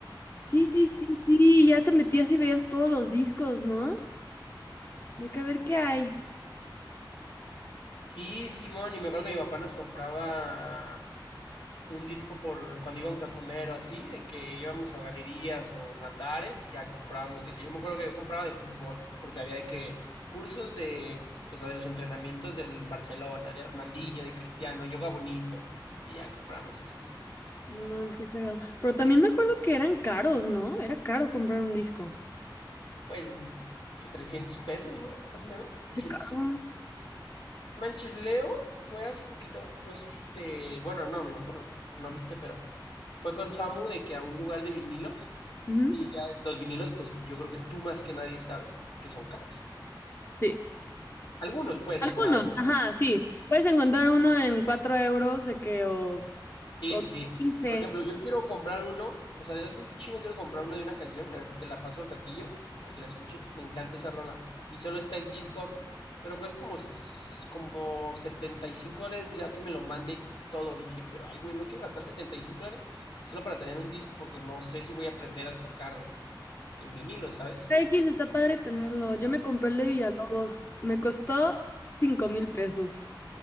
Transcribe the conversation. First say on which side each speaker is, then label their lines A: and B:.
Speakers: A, on the left; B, on the left.
A: sí, sí, sí, sí, ya te metías y veías todos los discos, ¿no? De que a ver qué hay.
B: Sí, Simón, y me acuerdo que mi papá nos compraba. un disco por cuando íbamos a comer o así, de que íbamos a galerías o andares y ya comprábamos. de que- yo me acuerdo que yo compraba de fútbol, porque había de que cursos de, o sea, de los entrenamientos del Barcelona, de Ronaldinho, de Cristiano, yoga bonito, y ya comprábamos esos.
A: No mames, qué cagado. Pero también me acuerdo que eran caros, ¿no? Era caro comprar un disco.
B: Pues, que 300 pesos, güey, más o menos, doscientos
A: Sí, caro.
B: No Manches, Leo fue hace poquito, no sé si te, bueno, no, me imagino que no viste, pero fue con Samu de que a un lugar de vinilos
A: Ujú,
B: y ya los vinilos, pues yo creo que tú más que nadie sabes que son caros.
A: Sí.
B: Algunos, pues,
A: Algunos,
B: o sea, hay-
A: ajá, sí. Puedes encontrar uno en 4 euros de que o,
B: Sí,
A: o
B: sí, sí.
A: quince
B: Por ejemplo, yo quiero comprar uno, o sea, desde hace un chingo quiero comprar uno de una canción, ahorita te la paso al ratillo para que la escuches, me encanta esa rola, y solo está en Discogs, pero cuesta como, s- como 75 dólares ya que me lo manden todo, dije, pero ay, güey, no quiero gastar 75 dólares solo para tener un disco porque no sé si voy a aprender a tocar en vinilo, ¿sabes?
A: X está padre tenerlo. Yo me compré el de Villalobos.
B: Y-
A: Me costó cinco mil pesos.